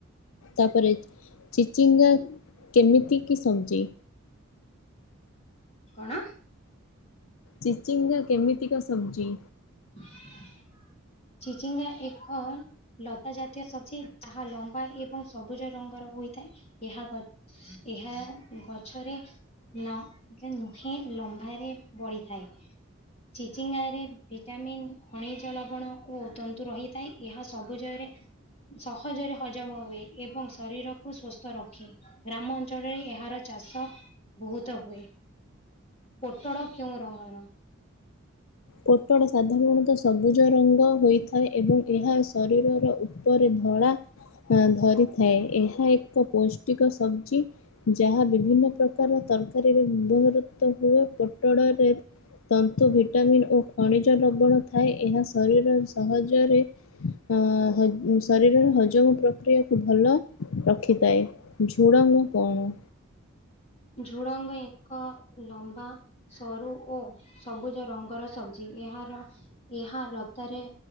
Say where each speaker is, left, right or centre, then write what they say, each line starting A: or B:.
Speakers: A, on the left; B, on the left.
A: ତାପରେ ଚିଚିଙ୍ଗା କେମିତି କି ସଂଚେ
B: କଣ?
A: ଚିଚିଙ୍ଗା କେମିତିକା ସବଜି?
B: ମେଁ ଚିଚିଙ୍ଗା ଏକ ଲତା ଜାତୀୟ ସବଜି। ତାହା ଲମ୍ବା ଏବଂ ସବୁଜ ରଙ୍ଗର ହୋଇଥାଏ। ଏହା ଗ ଏହା ଗଛରେ ଲ ନୁହେଁ ଲମ୍ବାରେ ବଢିଥାଏ। ଚିଚିଙ୍ଗାରେ ଭିଟାମିନ୍ ଖଣିଜ ଲବଣ ଓ ତନ୍ତୁ ରହିଥାଏ, ଏହା ସବୁଜରେ ସହଜରେ ହଜମ ହୁଏ ଏବଂ ଶରୀରକୁ ସୁସ୍ଥ ରଖେ। ଗ୍ରାମଅଞ୍ଚଳରେ ଏହାର ଚାଷ ବହୁତ ହୁଏ। ପୋଟଳ କେଉଁ ରଙ୍ଗର?
A: ପୋଟଳ ସାଧାରଣତଃ ସବୁଜ ରଙ୍ଗ ହୋଇଥାଏ ଏବଂ ଏହା ଶରୀରର ଉପରେ ଧଳା ହଁ ଧରିଥାଏ। ଏହା ଏକ ପୌଷ୍ଟିକ ସବଜି। ଯାହା ବିଭିନ୍ନ ପ୍ରକାର ତରକାରୀରେ ବ୍ୟବହୃତ ହୁଏ। ପୋଟଳରେ ତନ୍ତୁ ଭିଟାମିନ୍ ଓ ଖଣିଜ ଲବଣ ଥାଏ। ଏହା ଶରୀର ସହଜରେ ଅ ଶରୀରର ହଜମ ପ୍ରକ୍ରିୟାକୁୁ ଭଲ ରଖିଥାଏ। ଝୁଡ଼ଙ୍ଗ କଣ?
B: ଝୁଡ଼ଙ୍ଗ ଏକ ଲମ୍ବା ସରୁ ଓ ସବୁଜ ରଙ୍ଗର ସବଜି। ଏହାର ଏହା ଲତାରେ